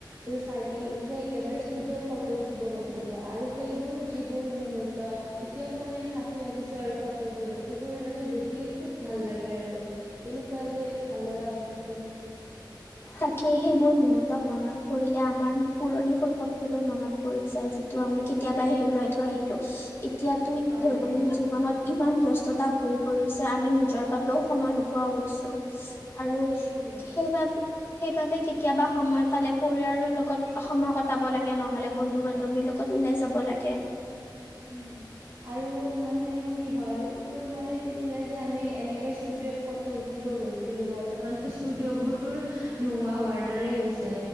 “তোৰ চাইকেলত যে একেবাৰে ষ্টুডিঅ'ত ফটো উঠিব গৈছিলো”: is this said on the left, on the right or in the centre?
Right